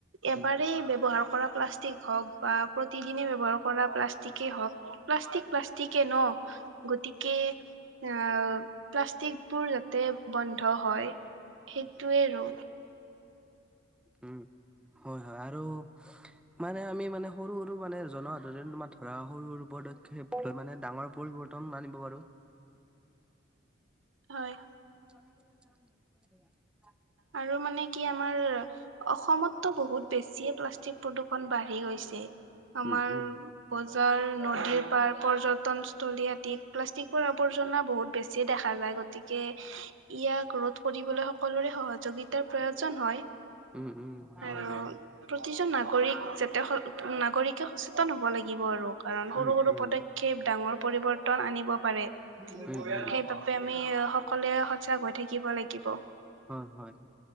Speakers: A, on the right; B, in the centre.
A: এবাৰেই
B: উম
A: ব্যাৱহাৰ কৰা প্লাষ্টিক হওঁক বা প্ৰতিদিনে ব্যাৱহাৰ কৰা প্লাষ্টিকেই হওঁক প্লাষ্টিক প্লাষ্টিকে ন'। গতিকে আ প্লাষ্টিকবোৰ যাতে বন্ধ হয় সেইটোৱে আৰু।
B: উম হয় হয় আৰু মানে আমি মানে সৰু সৰু মানে জনসাধাৰণে তোমাৰ ধৰা সৰু সৰু পদক্ষেপ লৈ মানে ডাঙৰ পৰিবৰ্তন আনিব পাৰোঁ। <unintelligible>
A: হয় আৰু মানে কি আমাৰ অসমতো বহুত বেছিয়ে প্লাষ্টিক প্ৰদূৰষণ বাঢ়ি গৈছে। আমাৰ
B: উম উম
A: বজাৰ, নদীৰ পাৰ, পৰ্যটন তলি আদিত প্লাষ্টিকৰ আৱৰ্জনা বহুত বেছি দেখা যায় গতিকে ইয়াক ৰোধ কৰিবলৈ সকলোৰে সহযোগিতাৰ প্ৰয়োজন হয়।
B: উম হু হয়
A: আৰু
B: হয়।
A: প্ৰতিজন নাগৰিক যাতে নাগৰিকে সচেতন হ'ব লাগিব আৰু কাৰণ সৰু
B: উম
A: সৰু
B: উম
A: পদক্ষ ক্ষেপ ডাঙৰ পৰিৱৰ্তন আনিব পাৰে, সেই
B: উম উম
A: আমি সকলোৱে সচাগ হৈ থাকিব লাগিব।
B: হয় হয়।